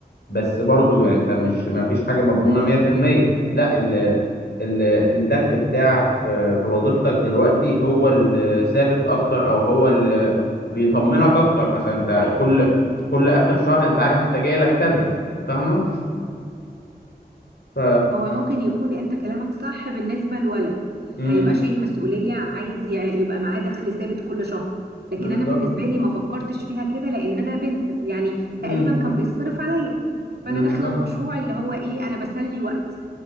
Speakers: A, on the left; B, on the right.
A: بس برضو يعني انت مش ما فيش حاجه مضمونه 100% لا ال ال الدخل بتاعك في في وظيفتك دلوقتي هو الثابت اكتر او هو اللي بيطمنك اكتر مثلا انت كل كل اخر شهر انت عارف انت جاي لك كذا فاهمه ف
B: هو ممكن يكون انت كلامك صح بالنسبة لولد
A: امم
B: هيبقى شايل مسؤولية عايز ي- يبقى معاه دخل ثابت كل شهر لكن
A: بالظبط
B: انا بالنسبة لي ما فكرتش فيها كده لان انا بنت يعني تقريبا
A: امم
B: كان بيصرف عليا
A: بالظبط
B: فانا داخلة المشروع اللي هو ايه انا بسلي وقتي